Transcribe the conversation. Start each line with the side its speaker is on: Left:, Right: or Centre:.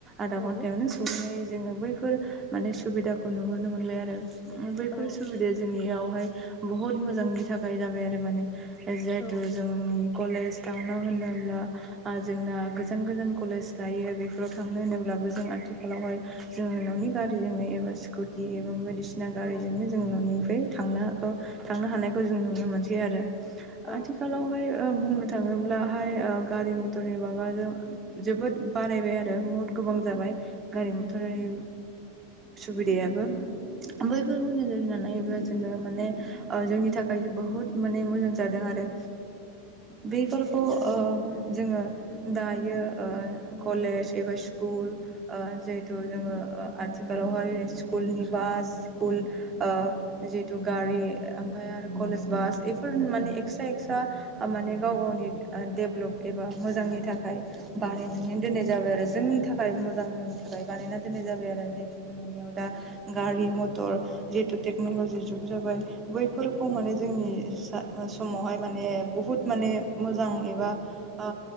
Right: आडा
Left: औ
Right: घन्टायावनो। नाय जोङो बैफोर माने सुबिदाखौ नुहुरनो मोनबाय आरो। बैफोर
Left: औ
Right: सुबिदाया जोंनियावहाय बहुत मोजांनि थाखाय जाबाय आरो माने। जिहेतु
Left: औ
Right: जोंनि कलेज थांनो होनोब्ला। ओ-जोंना गोजान गोजान कलेज थायो बेफोराव थांनो होनोब्लाबो जों आथिखालावहाय। जोङो ननि गारिजोंनो एबा स्कुटि एबा बायदिसि ना गारिजोंनो
Left: औ
Right: जों ननिफ्राय थांनो थांनो हानायखौ जों नुनो मोनसै आरो।
Left: औ
Right: आथिखालावहाय बुंनो थाङोब्लाहाय गारि मथ बेटरनि बागाजों जोबोद बारायबाय आरो बुहुत गोबां जाबाय। गारि मथरनि सुबिदायाबो बैफोरखौ नोजोर होनानै। नाय जोङो माने जोंनि थाखाय बुहुद माने मोजां जादों आरो। बैफोरखौ ओ जोङो दायो ओ कलेज एबा स्कुल ओ जिहेथु जोङो ओ आथिखालावहाय स्कुलनि बास स्कुल ओ जिहेतु गारि ओमफ्राय आरो कलेज बास एफोर माने एक्सट्रा एक्सट्रा ओ माने गाव गावनि ओ डेभलप एबा मोजांनि थाखाय बानायनानै दोननाय जाबाय आरो जोंनि थाखाय मोजांनि थाखाय बानायना दोननाय जाबाय आरो जितु जोंनियाव दा गारि मथर जिहेथु टेक्न'लजि जुग जाबाय बैफोरखौ माने जोंनि सा समावहाय माने बहुद माने मोजां एबा ओ